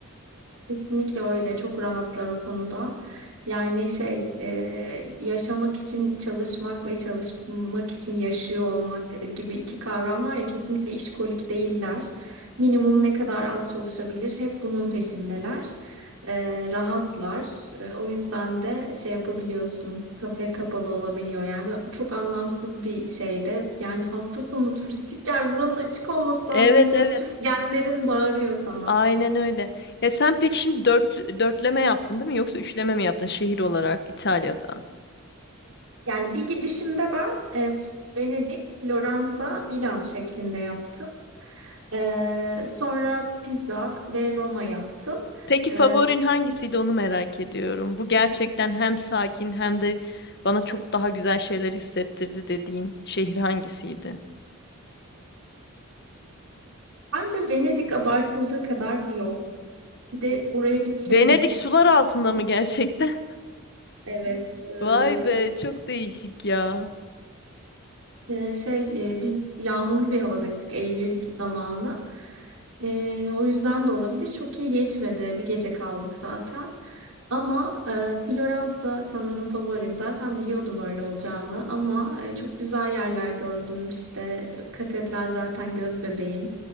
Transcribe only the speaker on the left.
Evet
evet.
Aynen öyle. Ya sen peki şimdi dört, dörtleme yaptın değil mi? Yoksa üçleme mi yaptın şehir olarak İtalya'da?
Peki
favorin hangisiydi onu merak ediyorum. Bu gerçekten hem sakin hem de bana çok daha güzel şeyler hissettirdi dediğin şehir hangisiydi?
Venedik
sular altında mı gerçekten?
<laughs>
Vay be çok değişik ya.